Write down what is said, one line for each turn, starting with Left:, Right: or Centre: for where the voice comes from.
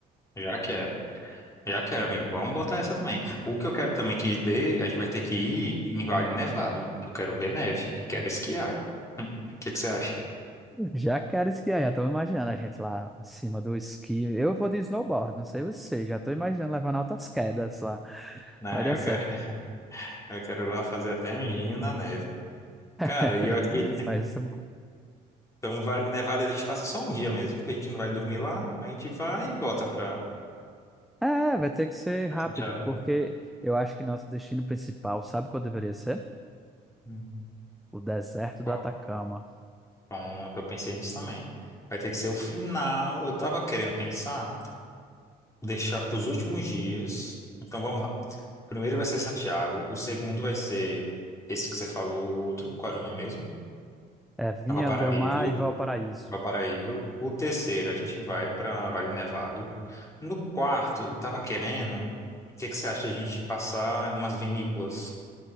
Left: já quero. Já quero, amigo. Vamos botar essa também. O que eu quero também que dê, a gente vai ter que ir em Vale Nevado, que eu quero ver neve e quero esquiar. O que que você acha?
Centre: Já quero esquiar, já estou imaginando a gente lá em cima do esqui. Eu vou de snowboard, não sei você, já estou imaginando levando altas quedas lá.
Left: Né?
Centre: Vai dar
Left: Eu
Centre: certo.
Left: quero, eu quero ir lá fazer até anjinho na neve.
Centre: <laughs>
Left: Cara, e eu acho que
Centre: Vai ser bom.
Left: então Vale Nevado a gente passa só um dia mesmo, porque a gente não vai dormir lá, a gente vai e volta pra,
Centre: É, vai ter que ser
Left: pra
Centre: rápido,
Left: Santiago.
Centre: porque eu acho que nosso destino principal, sabe qual deveria ser?
Left: Hum.
Centre: O deserto
Left: Qual?
Centre: do Atacama.
Left: Pronto, eu pensei nisso também. Vai ter que ser o final. Eu tava querendo pensar. deixar para os últimos dias. Então vamos lá. O primeiro vai ser Santiago, o segundo vai ser esse que você falou, o outro, qual era o nome mesmo?
Centre: É Vinha
Left: Valparaíso.
Centre: del Mar e Valparaíso.
Left: Valparaíso. O terceiro, a gente vai para Vale Nevado. No quarto, eu tava querendo, o que que você acha de a gente passar umas vinícolas?